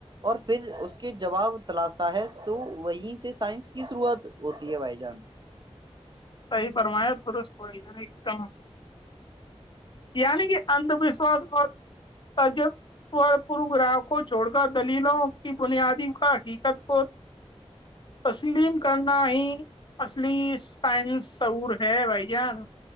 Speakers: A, on the right; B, on the left.
A: اور پھر اس کے جواب تلاشتا ہے تو وہیں سے سائنس کی ضرورت ہوتی ہے بھائی جان
B: سحی فرمیا پ ایک دم یعنی کہ اند وشوس اور تج پ گراہ کو چھوڑ کر دلیلوں کی بنیادی حقیقت کو تسلیم کرنا ہی اصلی سائن سعور ہے بھائی جان